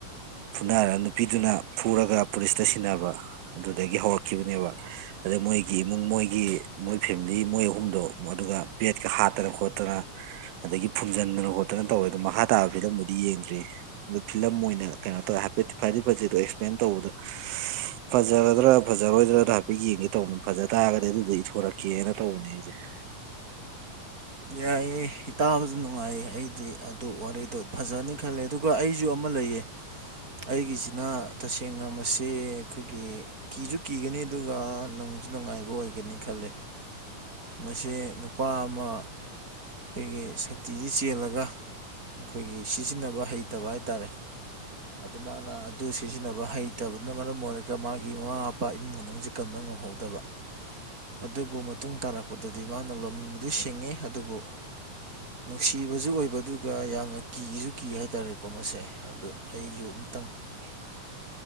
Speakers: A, on the right; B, on the right.
A: ꯐꯨꯅꯥꯔꯒ ꯅꯨꯄꯤꯗꯨꯅ ꯐꯨꯔꯒ ꯄꯨꯂꯤꯁꯇ ꯁꯤꯟꯅꯕ ꯑꯗꯨꯗꯒꯤ ꯍꯧꯔꯛꯈꯤꯕꯅꯦꯕ ꯑꯗꯨꯗ ꯃꯣꯏꯒꯤ ꯏꯃꯨꯡ ꯃꯣꯏꯒꯤ ꯃꯣꯏ ꯐꯦꯃꯤꯂꯤ ꯃꯣꯏ ꯑꯍꯨꯝꯗꯣ ꯑꯗꯨꯒ ꯕꯦꯠꯀ ꯍꯥꯠꯇꯅ ꯈꯣꯠꯇꯅ ꯑꯗꯒꯤ ꯐꯨꯝꯖꯤꯟꯗꯅ ꯈꯣꯠꯇꯅ ꯐꯅ ꯇꯧꯋꯦ ꯑꯗꯣ ꯃꯈꯥ ꯇꯥꯕ ꯐꯤꯂꯝꯕꯨꯗꯤ ꯌꯦꯡꯗ꯭ꯔꯤ ꯑꯗꯨꯗꯣ ꯐꯤꯂꯝ ꯑꯣꯏꯅ ꯀꯩꯅꯣ ꯇꯧꯋꯦ ꯍꯥꯏꯐꯦꯠꯇ ꯐꯔꯗꯤ ꯐꯖꯦꯗꯣ ꯄꯦꯟ ꯇꯧꯕꯗ ꯐꯖꯒꯗ꯭ꯔꯥ ꯐꯖꯔꯣꯏꯗ꯭ꯔꯗ ꯍꯥꯏꯐꯦꯠ ꯌꯦꯡꯒꯦ ꯇꯧꯕꯅꯤ ꯐꯖ ꯇꯥꯔꯒꯗꯤ ꯑꯗꯨꯗ ꯏꯊꯣꯔꯛꯀꯦꯅ ꯇꯧꯕꯅꯦ ꯑꯩꯁꯦ <inaudible>
B: ꯌꯥꯏꯌꯦꯦ ꯇꯥꯕꯗ ꯅꯨꯡꯉꯥꯏꯌꯦ ꯑꯩꯗꯤ ꯑꯗꯨ ꯋꯥꯔꯤꯗꯣ ꯐꯖꯅꯤ ꯈꯜꯂꯦ ꯑꯗꯨꯒ ꯑꯩꯁꯨ ꯑꯃ ꯂꯩꯌꯦ
A: <inaudible>
B: ꯑꯩꯒꯤꯁꯤꯅ ꯇꯁꯦꯡꯅ ꯃꯁꯤ ꯑꯩꯈꯣꯏꯒꯤ ꯀꯤꯁꯨ ꯀꯤꯒꯅꯤ ꯑꯗꯨꯒ ꯅꯪꯁꯨ ꯅꯨꯡꯉꯥꯏꯕ ꯑꯣꯏꯒꯅꯤ ꯈꯜꯂꯦ
A: <unintelligible>
B: ꯃꯁꯤ ꯅꯨꯄꯥ ꯑꯃ ꯑꯩꯈꯣꯏꯒꯤ ꯁꯛꯇꯁꯤ ꯆꯦꯜꯂꯒ ꯑꯩꯈꯣꯏꯒꯤ ꯁꯤꯖꯤꯟꯅꯕ ꯍꯩꯇꯕ ꯍꯥꯏ ꯇꯥꯔꯦ ꯑꯗꯨ ꯃꯥꯅ ꯑꯗꯨ ꯁꯤꯖꯤꯟꯅꯕ ꯍꯩꯇꯕꯅ ꯃꯔꯝ ꯑꯣꯏꯔꯒ ꯃꯥꯒꯤ ꯃꯃꯥ ꯃꯄꯥ ꯏꯃꯨꯡ ꯃꯅꯨꯡꯁꯤ ꯀꯟꯅꯕ ꯉꯝꯍꯧꯗꯕ
A: <unintelligible>
B: ꯑꯗꯨꯕꯨ ꯃꯇꯨꯡ ꯇꯥꯔꯛꯄꯗꯗꯤ ꯃꯥꯅ ꯂꯝꯕꯨꯗꯤ ꯁꯤꯡꯉꯤ ꯑꯗꯨꯕꯨ
A: <unintelligible>
B: ꯅꯨꯡꯁꯤꯕꯁꯨ ꯑꯣꯏꯕ ꯑꯗꯨꯒ ꯌꯥꯝꯅ ꯀꯤꯁꯨ ꯀꯤ ꯍꯥꯏꯇꯥꯔꯦꯀꯣ ꯃꯁꯦ ꯑꯗꯣ ꯑꯩꯁꯨ ꯑꯝꯇꯪ
A: <unintelligible>